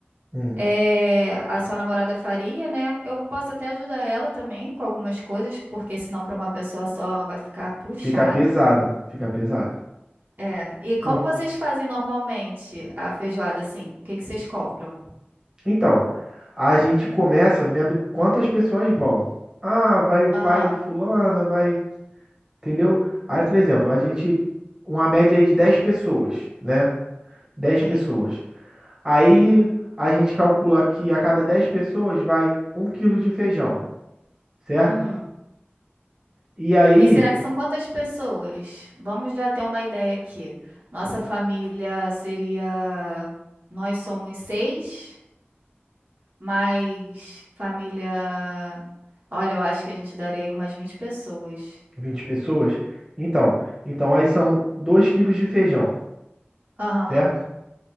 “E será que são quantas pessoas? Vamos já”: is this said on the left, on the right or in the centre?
Right